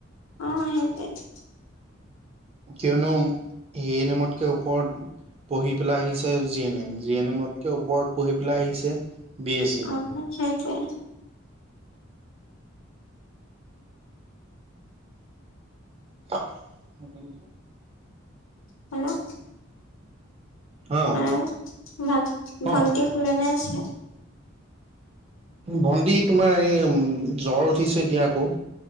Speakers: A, on the left; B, on the right.
A: অ', সেইটোৱে।
B: কিয়নো এ, নেমতকে ওপৰত পঢ়ি পেলাই আহিছে G N M. G N এমতকে ওপৰত পঢ়ি পেলাই আহিছে বি এছ চি।
A: অ', সেইটোৱে।
B: <unintelligible>
A: হেল্ল',
B: অ',
A: হেল্ল' <unintelligible> ভণ্টি
B: অ'।
A: শুলেঁ নে আছে?
B: ভণ্টি তোমাৰ এই উম জ্বৰ উঠিছে এতিয়া আকৌ।